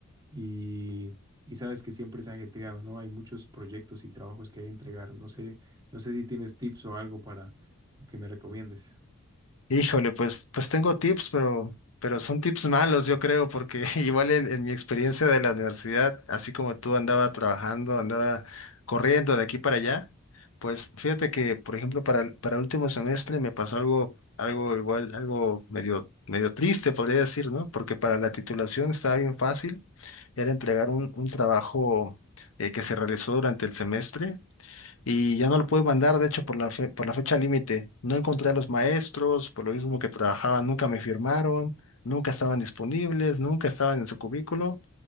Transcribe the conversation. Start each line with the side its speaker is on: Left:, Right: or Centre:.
Right: y, y sabes que siempre es ajetreado, ¿no? Hay muchos proyectos y trabajos que hay que entregar. No sé, no sé si tienes tips o algo para que me recomiendes.
Left: Híjole, pues, pues tengo tips, pero, pero son tips malos, yo creo, porque <laughs> igual en, en mi experiencia de la universidad, así como tú andaba trabajando, andaba corriendo de aquí para allá, pues fíjate que, por ejemplo, para, el- para el último semestre me pasó algo, algo igual, algo medio, medio triste, podría decir, ¿no? Porque para la titulación estaba bien fácil, era entregar un, un trabajo eh, que se realizó durante el semestre y ya no lo pude mandar, de hecho, por la fe- por la fecha límite. No encontré a los maestros, por lo mismo que trabajaban, nunca me firmaron, nunca estaban disponibles, nunca estaban en su cubículo,